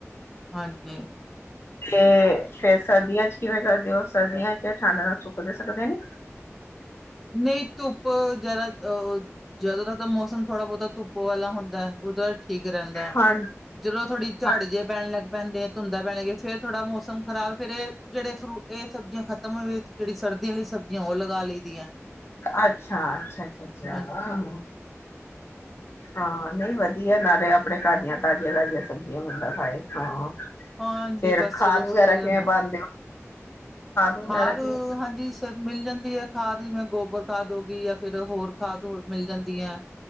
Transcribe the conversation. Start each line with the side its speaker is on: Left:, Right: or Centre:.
Centre: ਹਾਂਜੀ,
Left: ਤੇ ਫੇਰ ਸਰਦੀਆਂ 'ਚ'ਕਿਵੇਂ ਕਰਦੇ ਓ ਸਰਦੀਆਂ 'ਚ' ਠੰਡ ਨਾਲ ਸੁੱਕਦੇ- ਸਕਦੇ ਨੀ?
Centre: ਨਹੀਂ ਧੁੱਪ ਜਿਆਦਾਂ ਅਹ ਜਦੋਂ ਤੱਕ ਤਾਂ ਮੌਸਮ ਥੋੜਾ ਬਹੁਤਾ ਧੁੱਪ ਵਾਲਾ ਹੁੰਦਾ, ਉਹਦਾ ਠੀਕ ਰਹਿੰਦਾ।
Left: ਹਾਂ
Centre: ਜਦੋਂ ਥੋੜੀ ਝੜ
Left: ਹਾਂ
Centre: ਜੇ ਪੈਣ ਲੱਗ ਪੈਂਦੇ ਆ ਧੁੰਦਾ ਪੈਣ ਲੱਗ ਫਿਰ ਥੋੜਾ ਮੌਸਮ ਖਰਾਬ ਫੇਰ ਇਹ ਜਿਹੜੇ ਫਰੂਟ ਇਹ ਸਬਜ਼ੀਆਂ ਖਤਮ ਹੋ, ਜਿਹੜੀ ਸਰਦੀਆਂ ਆਲੀ ਸਬਜ਼ੀਆਂ ਉਹ ਲਗਾ ਲਈ ਦੀਆਂ
Left: ਅੱਛਾ-ਅੱਛਾ-ਅੱਛਾ-ਅੱਛਾ,
Centre: ਹਾਂਜੀ,
Left: ਅ-ਅ ਹਾਂ, ਨਹੀਂ ਵਧੀਆ ਨਾਲੇ ਆਪਣੇ ਘਰ ਦੀਆਂ ਤਾਜ਼ੀਆਂ- ਤਾਜ਼ੀਆਂ ਸਬਜ਼ੀਆਂ ਬੰਦਾ ਖਾਏ ਹਾਂ।
Centre: ਹਾਂਜੀ,
Left: ਫੇਰ
Centre: ਬਸ
Left: ਖਾਦ
Centre: ਚਲੋ ਸਰ
Left: ਵਗੈਰਾ ਕਿਵੇਂ
Centre: ਜਾਂਦਾ।
Left: ਪਾਉਂਦੇ ਹੋ ਵਗੈਰਾ
Centre: ਖਾਦ
Left: ਦੇ
Centre: ਹਾਂਜੀ, ਸਰ ਮਿਲ ਜਾਂਦੀ ਏ ਖਾਦ ਜਿਵੇਂ, ਗੋਬਰ ਖਾਦ ਹੋ ਗੀ ਜਾਂ ਫਿਰ ਹੋਰ ਖਾਦ ਹੋਰ ਮਿਲ ਜਾਂਦੀ ਆ।